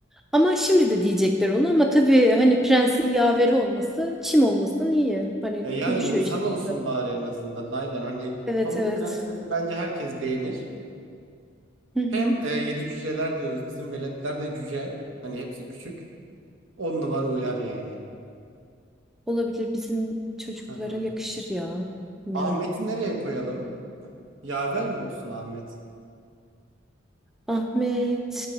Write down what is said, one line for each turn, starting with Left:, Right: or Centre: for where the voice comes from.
Centre: Ama şimdi de diyecekler onu ama tabii hani prensin yaveri olması çim olmasından iyi. Hani
Right: E yani
Centre: konuşuyor
Right: insan
Centre: işte.
Right: olsun bari en azından. Aynen hani
Centre: Evet
Right: Pamuk
Centre: evet.
Right: Prenses'i bence herkes beğenir.
Centre: Hı hı.
Right: Hem e, Yedi Cüceler diyoruz. Bizim veletler de cüce. Hani hepsi küçük. On numara uyar yani.
Centre: Olabilir bizim çocuklara
Right: Hı hı.
Centre: yakışır ya. Bilmiyorum.
Right: Ahmet'i nereye koyalım? Yaver mi olsun Ahmet?
Centre: Ahmet.